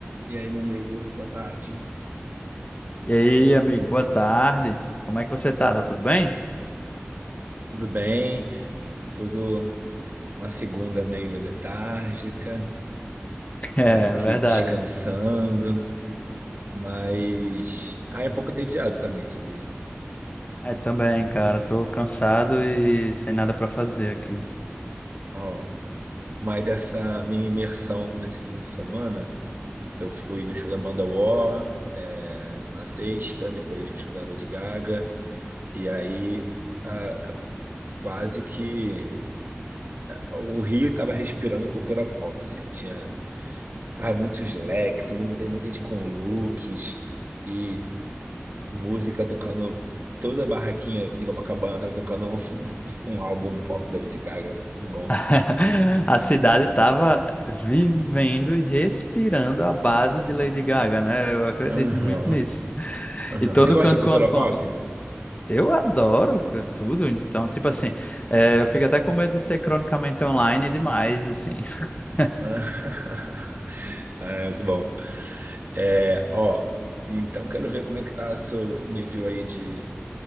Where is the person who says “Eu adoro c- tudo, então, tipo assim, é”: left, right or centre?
Left